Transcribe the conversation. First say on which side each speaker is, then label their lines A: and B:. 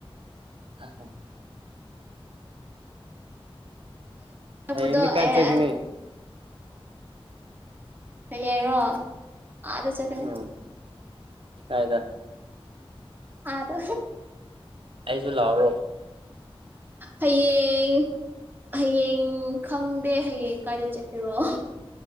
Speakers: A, on the right; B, on the right.
A: ꯑ <inaudible> ꯍꯌꯦꯡꯗꯤ
B: ꯄꯗ
A: ꯀꯥꯏ
B: ꯑ
A: ꯆꯠꯀꯅꯤ
B: <inaudible> ꯌꯦꯡꯔꯣ ꯑꯥꯗ ꯆꯠꯀꯅꯤ
A: ꯎꯝ ꯀꯥꯏꯗ
B: ꯑꯗꯣ
A: ꯑꯩꯁꯨ ꯂꯥꯛꯑꯣꯔꯣ
B: ꯍꯌꯦꯡ ꯍꯌꯦꯡ ꯈꯪꯗꯦ ꯍꯌꯦꯡ ꯀꯥꯏꯗ ꯆꯠꯀꯦꯔꯣ